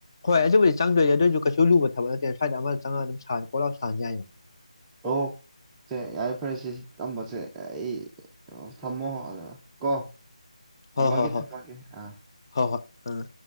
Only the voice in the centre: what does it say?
ꯑꯣ ꯁꯦ ꯌꯥꯔ ꯐꯔꯦ ꯁꯦ ꯊꯝꯃꯣꯁꯦ ꯑꯩ ꯊꯝꯃꯣ ꯑ ꯀꯣ ꯊꯝꯃꯒꯦ
ꯊꯝꯃꯒꯦ ꯑꯥ